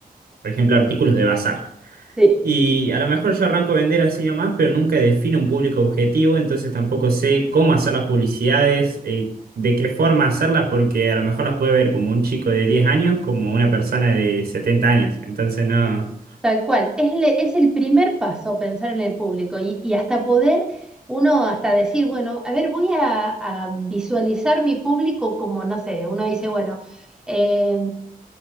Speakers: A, on the right; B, in the centre.
A: por ejemplo, artículos de bazar.
B: sí.
A: Y a lo mejor yo arranco a vender así nomás, pero nunca defino un público objetivo, entonces tampoco sé cómo hacer las publicidades, eh, de qué forma hacerlas, porque a lo mejor las puede ver como un chico de 10 años, como una persona de 70 años. Entonces no,
B: Tal cual, es, le- es el primer paso pensar en el público y, y hasta poder uno hasta decir, bueno, a ver, voy a, a visualizar mi público como, no sé, uno dice, bueno, eh,